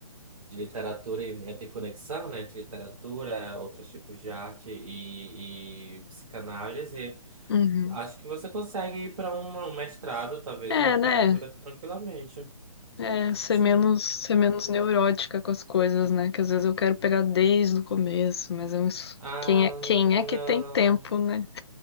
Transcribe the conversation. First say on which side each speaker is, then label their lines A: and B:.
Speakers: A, on the right; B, on the left.
A: de literatura e tem conexão, né, entre literatura, outros tipos de arte e, e psicanálise,
B: Uhum.
A: acho que você consegue ir para um mestrado, talvez,
B: É,
A: em literatura
B: né?
A: tranquilamente.
B: É, ser
A: Sim.
B: menos, ser menos neurótica com as coisas, né? Que às vezes eu quero pegar desde o começo, mas eu,
A: Ah,
B: quem é, quem é que
A: não.
B: tem tempo, né?